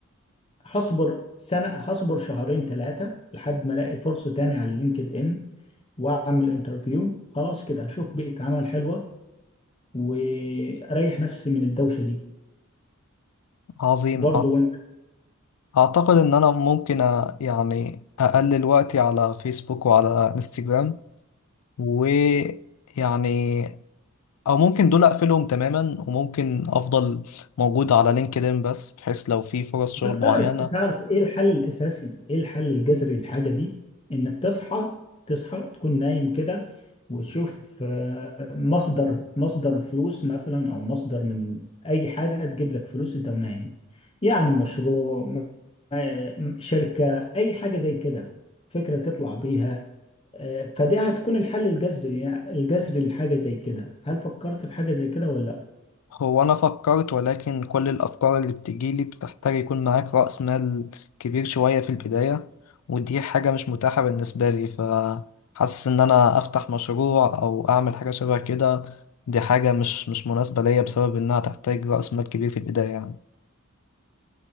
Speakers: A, on the left; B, on the left.
A: هصبر سنة هصبر شهرين ثلاثة لحد ما الاقي فرصة تاني على لينكد ان واعمل انترفيو خلاص كده هشوف بيئة عمل حلوة واريح نفسي من الدوشة دي
B: عظيم
A: برضو
B: أع-
A: وانت
B: اعتقد ان انا ممكن أ- يعني اقلل وقتي على فيسبوك وعلى انستجرام ويعني او ممكن دول اقفلهم تماما وممكن افضل موجود على لينكدين بس بحيث لو في فرص شغل
A: بس
B: معينة
A: تعرف تعرف ايه الحل الاساسي ايه الحل الجذري للحاجه دي انك تصحى تصحى تكون نايم كده وتشوف آه، مصدر مصدر فلوس مثلا او مصدر من اي حاجه تجيب لك فلوس انت ونايم يعني مشروع م- آه، شركه اي حاجه زي كده فكره تطلع بيها آه، فدي هتكون الحل الجذري الجذري لحاجه زي كده هل فكرت في حاجه زي كده ولا
B: هو أنا فكرت ولكن كل الأفكار اللي بتجيلي بتحتاج يكون معاك رأس مال كبير شوية في البداية ودي حاجة مش متاحة بالنسبة لي فحاسس إن أنا أفتح مشروع أو أعمل حاجة شبه كده دي حاجة مش مش مناسبة ليا بسبب إنها تحتاج رأس مال كبير في البداية يعني